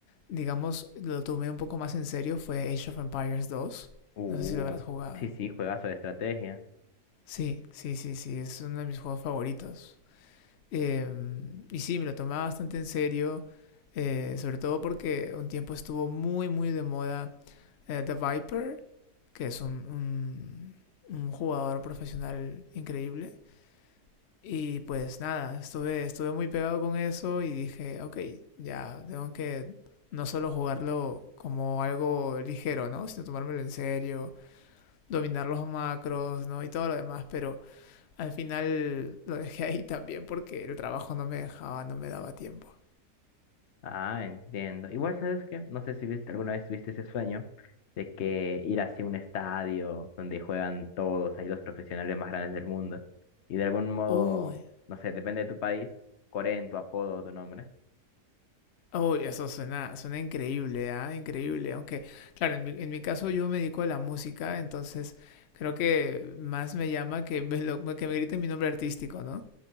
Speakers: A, on the left (about 85°); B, on the left (about 55°).
A: digamos, lo tomé un poco más en serio fue Age of Empires 2.
B: Uh,
A: No sé si lo habrás jugado.
B: sí, sí, juegazo de estrategia.
A: Sí, sí, sí, sí, es uno de mis juegos favoritos. Em, y sí, me lo tomaba bastante en serio, eh, sobre todo porque un tiempo estuvo muy, muy de moda eh, The Viper, que es un, un, un jugador profesional increíble. Y pues nada, estuve, estuve muy pegado con eso y dije, ok, ya tengo que no solo jugarlo como algo ligero, ¿no? Sino tomármelo en serio, dominar los macros, ¿no? Y todo lo demás, pero al final lo dejé ahí también porque el trabajo no me dejaba, no me daba tiempo.
B: Ah, entiendo. Igual, ¿sabes qué? No sé si viste, alguna vez tuviste ese sueño de que ir hacia un estadio donde juegan todos, ahí los profesionales más grandes del mundo. Y de algún modo,
A: Uy,
B: no sé, depende de tu país, Corea en tu apodo o tu nombre.
A: uy, eso suena, suena increíble, ¿ah? Increíble. Aunque, claro, en mi, en mi caso yo me dedico a la música, entonces creo que más me llama que me, lo- que me griten mi nombre artístico, ¿no?